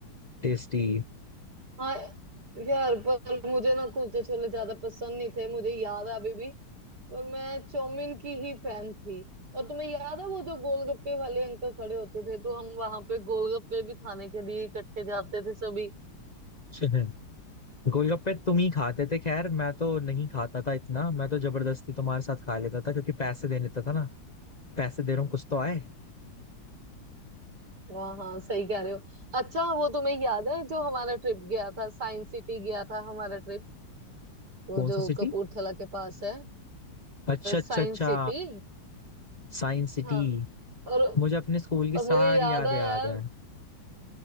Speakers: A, on the left (about 35°); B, on the right (about 50°).
A: टेस्टी
B: हाँ यार पर मुझे ना कुलचे छोले ज्यादा पसंद नहीं थे मुझे याद है अभी भी और मैं चौमिन की ही फैन थी और तुम्हें याद है वो जो गोलगप्पे वाले अंकल खड़े होते थे तो हम वहां पे गोलगप्पे भी खाने के लिए इकट्ठे जाते थे सभी
A: <laughs> गोलगप्पे तुम ही खाते थे खैर मैं तो नहीं खाता था इतना मैं तो जबरदस्ती तुम्हारे साथ खा लेता था क्योंकि पैसे दे देता था ना पैसे दे रहा हूँ कुछ तो आए
B: हाँ हाँ सही कह रहे हो अच्छा वो तुम्हें याद है जो हमारा ट्रिप गया था साइंस सिटी गया था हमारा ट्रिप वो
A: कौन
B: जो
A: सी सिटी
B: कपूरथला के पास है
A: अच्छा अच्छा
B: Science
A: अच्छा
B: city
A: साइंस सिटी
B: हाँ और
A: मुझे अपने स्कूल की
B: और
A: सारी
B: मुझे याद
A: यादें
B: है
A: याद
B: यार
A: हैं